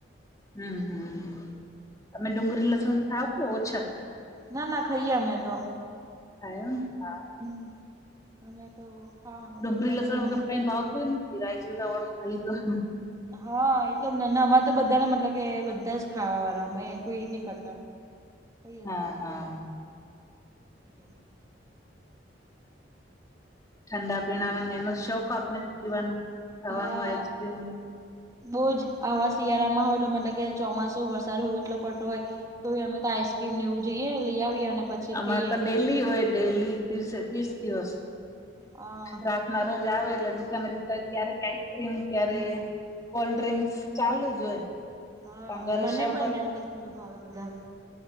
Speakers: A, on the left; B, on the right.
A: હમ્મ હમ્મ, તમે ડુંગળી લસણ ખાવ કે ઓછા?
B: ના ના ખાઈએ અમે તો.
A: ખાઈ હો હા.
B: હમ્મ, અમે તો ખાવાનું
A: ડુંગરી
B: બધામાં
A: લસણ
B: તો
A: વગેર કંઈ ભાવતું હોય નથી રાય જીરા વાળુ ખાઈ તો
B: હા એટલે ના ના અમાં તો બધાને મતલબ કે બધા જ ખાવા વાળા અમે કોઈ એ નહી કરતા કઈ
A: હા હા.
B: હ
A: ઠંડા પીણાનોને એનો શોખ આપને પીવાનો? ખાવાનું
B: હા
A: આઈસક્રીમ
B: બહુ જ આવા શિયાળામાં હોય મતલબ કે ચોમાસુ વરસાદ હોવું એટલો પડતો હોય તોય અમે તો આઈસક્રીમ એવું જોઈએ લઈ આવીએ અને પછી
A: અમારે
B: ખાઈએ
A: તો ડેલી હોય ડેલી ત્રીસે ત્રીસ દિવસ
B: હા
A: રાત ના રોજ આવે એટલે દુકાને દુકા ક્યારે આઈસક્રીમ ક્યારે કોલ્ડ્રિંક્સ ચાલુ જ હોય.
B: હા
A: પણ ઘરે
B: મને
A: શરબત
B: પણ નેમ તો ઠંડુ ભાવે બધા,